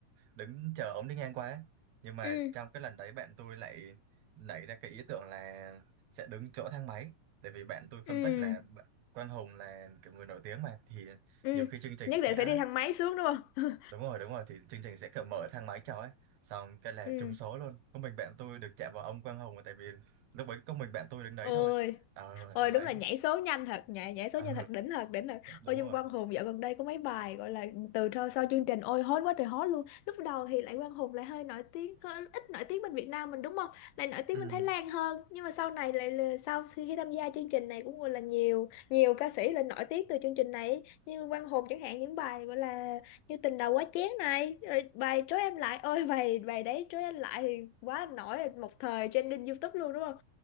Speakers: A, on the right (about 75°); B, on the left (about 85°).
A: đứng chờ ống đi ngang qua ấy. nhưng mà
B: ừ
A: trong cái lần đấy bạn tôi lại nảy ra cái ý tưởng là sẽ đứng chỗ thang máy tại vì bạn tôi phân
B: ừ
A: tích là bạn- Quang Hùng là kiểu người nổi tiếng mà thì
B: ừ
A: nhiều khi chương trình
B: nhất
A: sẽ
B: định phải đi thang máy xuống đúng không <laughs>
A: đúng rồi đúng rồi thì chương trình sẽ kiểu mở thang máy chào ấy xong cái là
B: ừ
A: trúng số luôn có mình bạn tôi được chạm vào ông Quang Hùng mà tại vì lúc ấy có mình bạn tôi đứng đấy
B: ôi
A: thôi ờ
B: ôi
A: đấy
B: đúng là nhảy số nhanh thật nhảy nhảy số
A: ờ
B: nhanh thật đỉnh thật đỉnh thật
A: đúng
B: ôi nhưng
A: rồi
B: Quang Hùng dạo gần đây có mấy bài gọi là từ sau, sau chương trình ôi hot quá trời hot luôn lúc đầu thì lại Quang Hùng lại hơi nổi tiếng hơi ít nổi tiếng bên Việt Nam mình đúng không lại nổi tiếng
A: ừ.
B: bên Thái Lan hơn nhưng mà sau này lại là- sau khi tham gia chương trình này cũng gọi là nhiều nhiều ca sĩ lên nổi tiếng từ chương trình này ấy. như Quang Hùng chẳng hạn những bài gọi là như tình đầu quá chén này rồi bài trối em lại ôi bài bài đấy trối em lại thì quá nổi một thời trending YouTube luôn đúng không